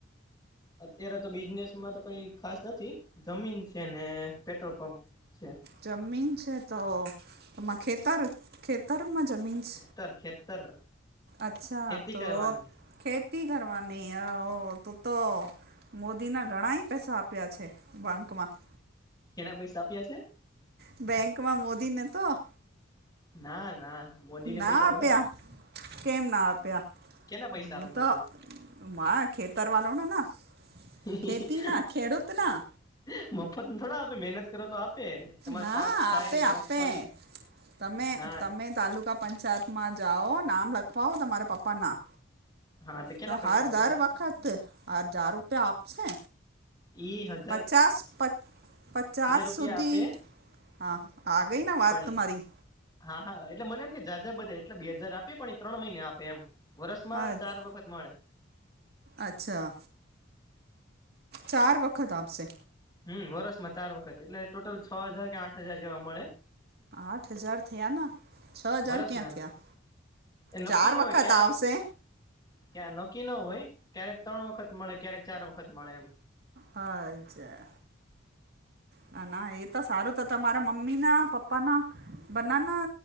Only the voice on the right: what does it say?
જમીન છે, તો અ ખેતર ખેતરમાં જમી છ.
અચ્છા,
તો
ખેતી કરવાની અઓ તું તો મોદીના ઘણાઈ પેસા આપ્યા છે, બંકમાં.
બેંકમાં મોદીને તો
ના
આપ્યા,
કેમ ના આપ્યા.
ઉત
માં ખેતર વાનોવલાણા ના
ખેતીના ખેડૂતના
ના
આપે
આપે તમે
તમે તાલુકા પંચાયતમાં જાઓ, નામ લખવાઓ તમારા પપ્પાના.
તો
હર
દર વખત આ જાર રૂપિયા આપશે.
પચ્ચાસ પ પચ્ચાસ
સુધી
હા, આ ગઈ ને વાત
તમારી.
અ-
અચ્છા, ચાર વખત આપસે.
આઠ હજાર થયા ના, છ હજાર
ક્યાં થયા?
ચાર
વખત
આવસે.
અ અચા. ના ના એ તો સારુ તો ત તમારા મમ્મી ના, પપ્પા ના બનાના